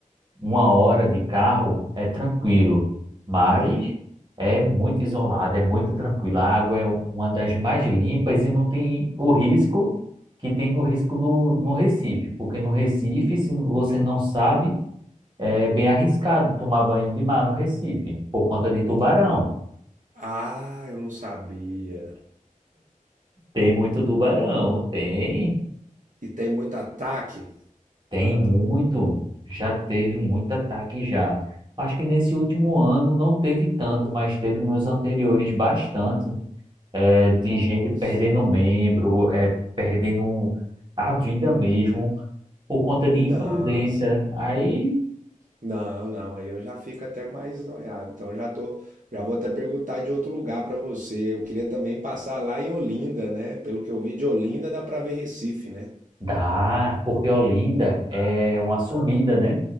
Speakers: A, on the right (about 35°); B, on the right (about 65°).
A: uma hora de carro, é tranquilo, mas
B: Hum.
A: é muito isolado, é muito tranquilo. A água é uma das mais limpas e não tem o risco que tem no risco do no Recife, porque no Recife, se você não sabe é bem arriscado tomar banho de mar no Recife, por conta de tubarão.
B: Ah, eu não sabia.
A: Tem muito tubarão, tem,
B: E tem muito ataque?
A: tem muito. Já teve muito ataque já. Acho que nesse último ano não teve tanto, mas teve nos anteriores bastante, é,
B: Nossa.
A: de gente perdendo membro, é, perdendo a vida mesmo, por conta de
B: Não.
A: imprudência. Aí
B: Não, não, aí eu já fico até mais noiado. Então já tô, já vou até perguntar de outro lugar pra você. Eu queria também passar lá em Olinda, né? Pelo que eu vi de Olinda dá pra ver Recife, né?
A: dá, porque Olinda é uma subida, né?